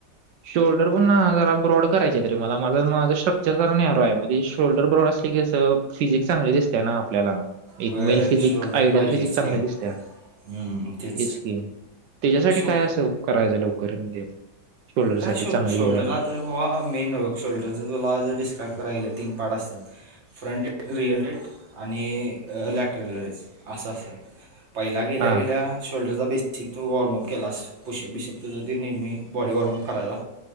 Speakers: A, on the right; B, on the right.
A: शोल्डर पण ना जरा ब्रॉड करायचे तरी मला माझा माझं स्ट्रक्चर जरा न्यॅरो आहे म शोल्डर ब्रॉड कस फिजिक्स चांगली दिसते ना आपल्याला एक
B: होय
A: मेल फिजिक
B: शोल्डर
A: आयडिल
B: पाहिजेच
A: फिजिक चांगल्या
B: की हम्म,
A: दिसत्याच
B: तेच
A: की त्याच्यासाठी
B: शो
A: काय असं करायचं लवकर म्हणजे शोल्डर
B: काय
A: साठी चांगली
B: शोल्डरला
A: हे व्हायला
B: तर भावा मेन शोल्डरच तुला जर डिस्क्राईब करायला गेल तीन, पार्ट असत्यात, फ्रंट डेट रिअल डेट आणि लॅटरल रेसअसं असं, पहिला गेल्या
A: हा
B: गेल्या शोल्डरचा बेसिक तू वॉर्मअप केलास पोशप बिशप तुझं ती निेमी बॉडी वॉर्मअप करायला